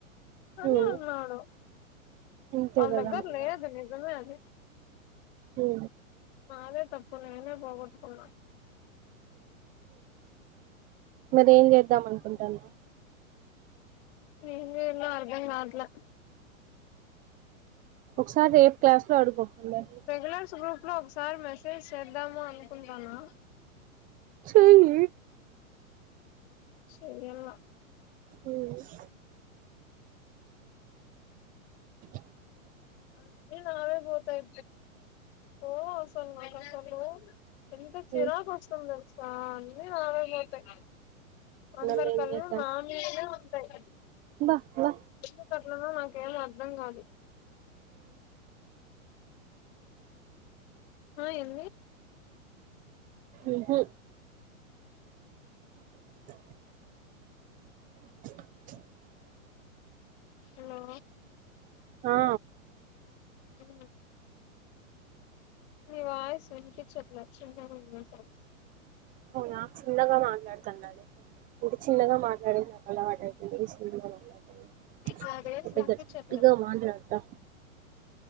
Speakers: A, on the left; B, on the right.
A: అని
B: ఉమ్
A: ఉన్నాడు
B: అంతే
A: వాళ్ళ
B: కదా
A: దగ్గర
B: మళ్ళా
A: లేదు నిజమే అది
B: ఉ
A: నాదే తప్పు నేనే పోగొట్టుకున్నా
B: మరి ఏం చేద్దాం అనుకుంటానావు
A: ఏం జేయాలో అర్థం కావట్లే
B: ఒకసారి రేపు క్లాస్ లో అడుగు అందరిని
A: రెగ్యులర్స్ గ్రూప్ లో ఒకసారి మెసేజ్ చేద్దాము అనుకుంటానా
B: చేయి
A: చేయ్యాల
B: హమ్ <inaudible>
A: అన్నీ నావే పోతాయ్ పో అసలు నాక్ అసలు ఎంత చిరాకు
B: ఉమ్
A: వస్తుంది తెలుసా అన్ని నావేపోతాయ్ అందరి
B: మళ్ళీ ఏం
A: కళ్ళు
B: చేద్దాం
A: నామీదనే ఉంటయ్
B: బా బా
A: ఎందుకట్లనో నాకేం అర్థం కాదు ఆ ఎంది
B: ఉహు <inaudible> <inaudible>
A: హలో
B: ఆ
A: ఉ నీ వాస్ వినిపించట్లే చిన్న గుంది అసలు
B: అవునా చిన్నగా మాట్లాడుతున్నా ఇప్పుడు చిన్నగా మాట్లాడే నాకు అలవాటు అయిపొయింది చిన్నగా మాట్లాడ
A: నాదేం వినిపించట్లే
B: గట్టిగా మాట్లాడుతా